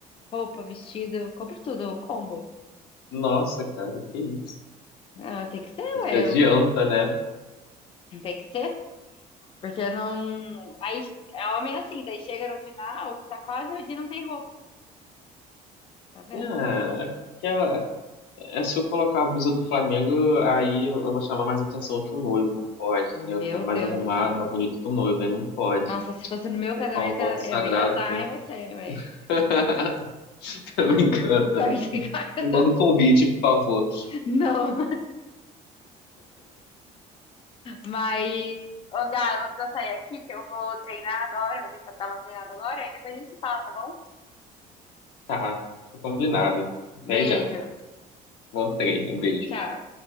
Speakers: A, on the left (about 35°); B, on the left (about 80°).
A: roupa, vestido, compro tudo, o combo.
B: Nossa, cara, que isso.
A: Ah, tem que ser,
B: A gente
A: ué.
B: adianta,
A: eu-
B: né?
A: Não tem que ser. Porque não. Aí é homem assim, daí chega no final, tá quase o dia não tem roupa, tá vendo?
B: Ah, é porque ah, é, se eu colocar a blusa do Flamengo, aí eu vou chamar mais atenção que o noivo, não pode,
A: Meu
B: entendeu? Ficar mais
A: Deus
B: arrumado,
A: do céu.
B: mais bonito que o noivo, aí não pode.
A: Nossa, se fosse no meu
B: Colocar
A: casamento,
B: um manto
A: eu
B: sagrado.
A: ia dar
B: Tô,
A: em você, velho.
B: <laughs> tô brincando,
A: Forte,
B: tô brincando.
A: <laughs> cara.
B: Me manda o convite, por favor.
A: Não, mas. Ô, Gá, eu vou precisar sair aqui, que eu vou treinar agora, eu vou tentar dar uma treinada agora, aí depois a gente se fala, tá bom?
B: Tá, tô combinado. Até
A: Beijo.
B: já. Bom treino, beijo.
A: Tchau.